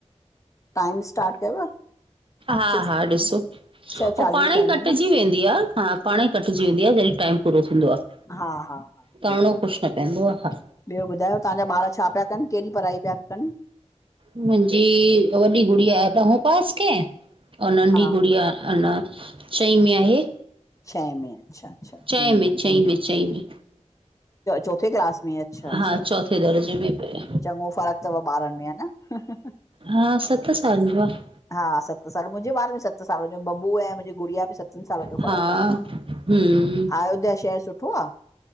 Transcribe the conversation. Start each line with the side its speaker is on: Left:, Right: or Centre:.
Left: टाइम स्टार्ट कयव?
Right: हां-हां,
Left: सिक्स
Right: ॾिसो। उ
Left: छह चालीह
Right: पाण
Left: थिया
Right: ई
Left: आहिनि
Right: कटजी
Left: न
Right: वेंदी आहे। हां, पाण ई कटजी। कटजी वादी आहे। जड़ी टम पो थी आहे।
Left: हा हा हा
Right: करणो
Left: बिल्कुलु
Right: ख़ु न कुछ
Left: बिल्कुलु
Right: न पवंदो आहे। हां,
Left: ॿियो ॿुधायो, तव्हांजा ॿार छा पिया कनि? कहिड़ी पढ़ाई पिया कनि?
Right: मुंहिंजी वॾी गुड़िया डह पास केयो, नंढी
Left: हा
Right: गुड़िया अण चई में आहे।
Left: छह में अच्छा-अच्छा,
Right: चएं
Left: हम्म
Right: में चईं में चईं में
Left: चोथे क्लास अच्छा-अच्छा,
Right: हा चौथे दर्जे में पए
Left: चङो फर्कु अथव बारनि में? ह न? <unintelligible>
Right: हां, सत साल जो आहे।
Left: हां, सत साल, मुंहिंजे बारे में सत साल, मुंहिंज बबू ऐं मुंहिंजी गुड़िया सतनि सालनि जो
Right: हा
Left: फ़र्क़ आहे।
Right: हम्म
Left: अयोध्या शहर सुठो आहे?